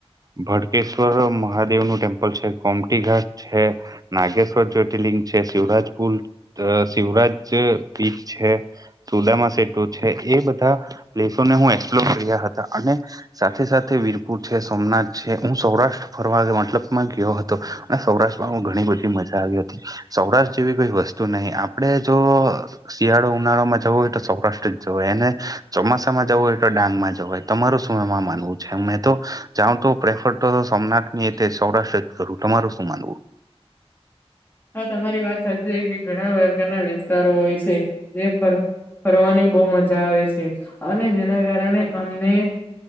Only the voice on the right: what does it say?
ભડકેશ્વર મહાદેવ નું ટેમ્પલ છે કોમટી ઘાટ છે. નાગેશ્વર જ્યોતિર્લિંગ છે શિવરાજ પુલ શિવરાજ બીચ છે. સુદામા સેટુ છે એ બધા, પ્લેસોને હું એક્સપ્લોર કર્યા હતા અને સાથે સાથે વીરપુર છે સોમનાથ છે હું સૌરાષ્ટ્ર ફરવા મતલબમાં ગયો હતો, અને સૌરાષ્ટ્રમાં ઘણી બધી મજા આવી હતી. સૌરાષ્ટ્ર જેવી કોઈ વસ્તુ નહિ આપડે જો શિયાળો ઉનાળો માં જવો હોય તો સૌરાષ્ટ્ર જવ અને, ચોમાસામાં જવું હોય તો ડાંગમાં જ હોય. તમાર સમયમાં માનવું છે મેં તો, જાઉં તો પ્રેફર તો સોમનાથ સૌરાષ્ટ્ર જ કરું તમારું શું માનવું?